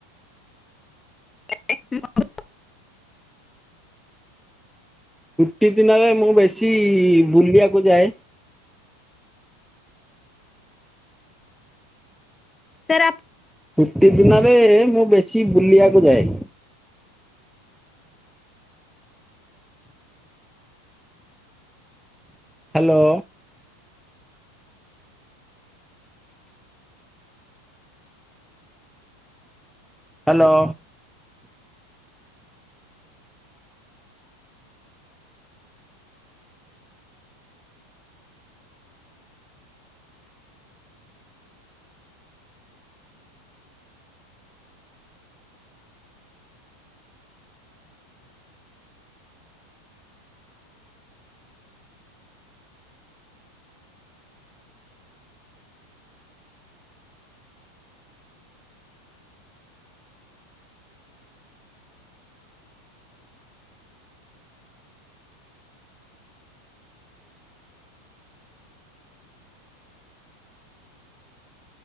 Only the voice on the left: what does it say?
<unintelligible>
ସାର୍ ଆପ୍